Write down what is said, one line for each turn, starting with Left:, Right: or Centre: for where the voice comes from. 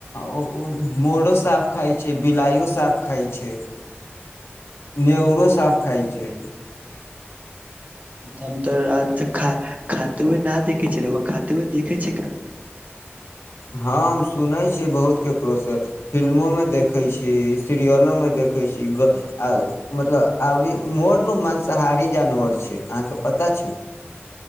Left: उ उ मोरो साप खाय छै बिलाइयो साप खााय छै। नेउरो साप खाय छै।
Right: हम तऽ त खा खाते हुए ना देखे छै। र‌उआ खाते हुए देखे छै। का
Left: हम सुनै छियै बहुत ककरोसँ फिल्मोमे देखै छी सीरियलोमे देखै छी ग आ मतलब आवरी मोर नु माँंसाहारी जानवर छै। अहाँके पता छै।